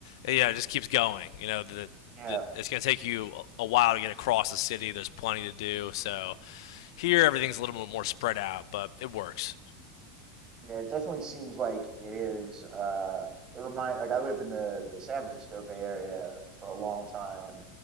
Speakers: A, on the left; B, on the right.
A: yeah, it just keeps going. You know, the,
B: yeah.
A: the it's going to take you a- while to get across the city. There's plenty to do. So here everything's a little bit more spread out, but it works.
B: Yeah, it definitely seems like it is. Uh, it remind like I lived in the the San Francisco Bay Area for a long time,